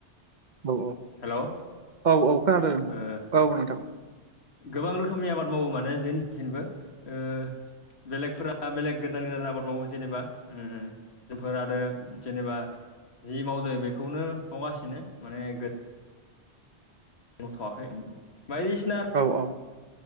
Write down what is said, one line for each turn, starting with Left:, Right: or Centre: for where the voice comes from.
Right: औ औ
Left: हेलौ
Right: औ औ खोनादों नोंथां
Left: ओ
Right: औ नोंथां।
Left: गोबां रोखोमनि आबाद मावो माने जोंनिखिनबो ओ बेलेगफोरा बेलेग गोदान गोदान आबाद मावो जेनेबा उम। जायफोर आरो जेनेबा जि मावदो बेखौनो मावगासिनो माने गो मावथ'आखै बायदिसिना
Right: औ औ।